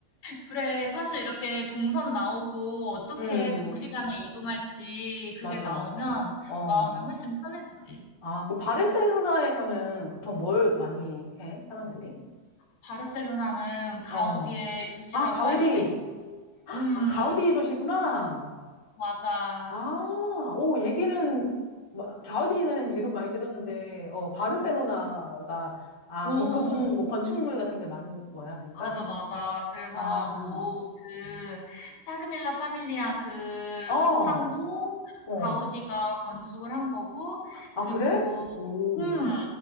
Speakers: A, on the left; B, on the left.
A: 그래, 사실 이렇게 동선 나오고 어떻게
B: 음,
A: 도시 간에 이동할지 그게
B: 맞아.
A: 나오면
B: 어,
A: 마음이 훨씬 편해지지.
B: 아, 그럼 바르셀로나에서는 보통 뭘 많이 해, 사람들이?
A: 바르셀로나는 가우디의
B: 어,
A: 도시라고
B: 아, 가우디.
A: 할 수 있지.
B: 아,
A: 음,
B: 가우디 도시구나.
A: 맞아.
B: 아, 오, 얘기는, 마- 가우디는 이름 많이 들었는데, 어, 바르셀로나가, 아,
A: 오,
B: 그럼 그분 뭐 건축물 같은 게 많은 거야, 그러니까?
A: 맞아, 맞아. 그래서
B: 아,
A: 뭐 그 사그밀라 파밀리아 그
B: 어,
A: 성당도
B: 어.
A: 가우디가 건축을 한 거고,
B: 아,
A: 그리고
B: 그래? 오,
A: 음,